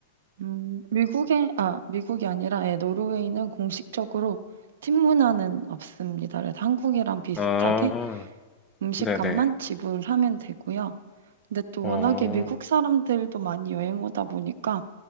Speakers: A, on the right (about 75°); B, on the left (about 15°).
A: 음, 미국에, 아, 미국이 아니라, 예, 노르웨이는 공식적으로 팀 문화는 없습니다. 그래서 한국이랑 비슷하게
B: 아,
A: 음식값만
B: 네네.
A: 지불하면 되고요. 근데 또
B: 어,
A: 워낙에 미국 사람들도 많이 여행 오다 보니까